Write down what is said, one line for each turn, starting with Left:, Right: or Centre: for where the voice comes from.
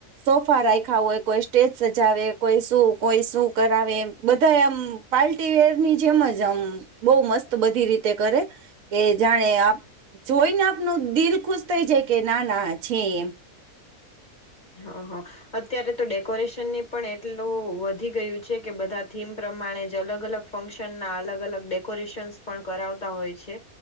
Right: સોફા રાખ્યા હોય, કોઈ સ્ટેજ સજાવે કોઈ શું કોઈ શું કરાવે એમ બધા આમ પાર્ટી વેર ની જેમ જ આમ બહું મસ્ત બધી રીતે કરે કે જાણે આ જોઈને આપનું દિલ ખુશ થઈ જાય કે ના, ના આ છે એમ.
Left: હા, હા અત્યારે તો ડેકોરેશનની પણ એટલું વધી ગયું છે કે બધા થીમ પ્રમાણે જ અલગ અલગ ફંક્શન ના અલગ અલગ ડેકોરેશનસ પણ કરાવતા હોય છે.